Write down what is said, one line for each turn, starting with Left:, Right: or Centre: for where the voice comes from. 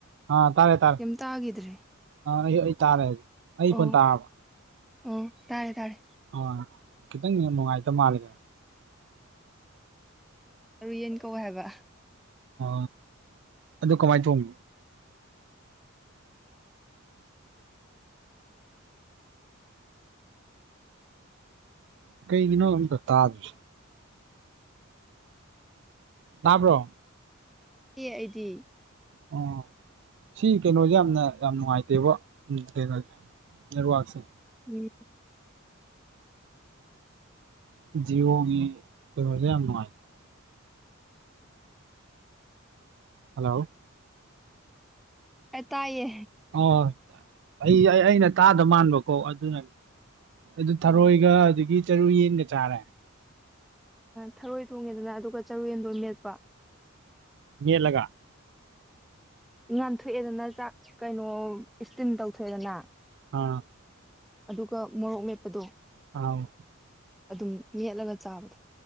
Right: ꯑꯥ ꯇꯥꯔꯦ ꯇꯥꯔꯦ
Centre: ꯀꯩꯝ ꯇꯥꯈꯤꯗ꯭ꯔꯦ
Right: ꯑꯥ ꯑꯩ ꯇꯥꯔꯦ ꯍꯥꯏ ꯑꯩ
Centre: ꯑꯣ
Right: ꯀꯣꯟ ꯇꯥꯕꯔꯣ
Centre: ꯑꯣ ꯇꯥꯔꯦ ꯇꯥꯔꯦ
Right: ꯑ ꯈꯤꯇꯪ ꯅꯨꯡꯉꯥꯏꯇꯕ ꯃꯥꯜꯂꯤ
Centre: ꯆꯔꯨ ꯌꯦꯟ ꯀꯧ ꯍꯥꯏꯕ
Right: ꯑ ꯑꯗꯨ ꯀꯃꯥꯏꯅ ꯆꯣꯡ ꯀꯩꯒꯤꯅꯣ ꯇ ꯇꯥ ꯑꯗꯨ ꯇꯥꯕ꯭ꯔꯣ
Centre: ꯑꯦ ꯑꯩꯗꯤ
Right: ꯑꯣ ꯁꯤ ꯀꯩꯅꯣꯁꯦ ꯌꯥꯝꯅ ꯌꯥꯝ ꯅꯨꯡꯉꯥꯏꯇꯦꯕ ꯎꯝꯦꯁꯤ
Centre: ꯎꯝ
Right: ꯖꯤꯕꯣꯡꯉꯤꯔꯦ ꯑꯥꯏ ꯍꯜꯂꯣ
Centre: ꯑ ꯇꯑꯌꯦ
Right: ꯑꯣ ꯑꯩ ꯑꯩꯅ ꯇꯥꯗ ꯃꯥꯟꯕꯀꯣ ꯑꯗꯨꯅꯅꯤ ꯑꯗꯨ ꯊꯔꯣꯏꯒ
Centre: ꯑꯥ
Right: ꯑꯗꯨꯗꯒꯤ ꯆꯔꯨ ꯌꯦꯟꯒ ꯆꯥꯔꯦ
Centre: ꯊꯔꯣꯏ ꯊꯣꯡꯉꯦꯗꯅ ꯑꯗꯨꯒ ꯆꯔꯦꯟꯗꯣ ꯃꯦꯠꯄ
Right: ꯌꯦꯜꯂꯒ
Centre: ꯉꯟꯊꯣꯛꯑꯦꯗꯅ ꯆꯥꯛ ꯀꯩꯅꯣ ꯏꯁꯇꯤꯝ ꯇꯧꯊꯣꯛꯑꯦꯗꯅ
Right: ꯑ
Centre: ꯑꯗꯨꯒ ꯃꯣꯔꯣꯛ ꯂꯦꯞꯄꯗꯣ
Right: ꯑꯥꯎ
Centre: ꯑꯗꯨꯝ ꯌꯦꯠꯂꯒ ꯆꯥꯕꯗꯣ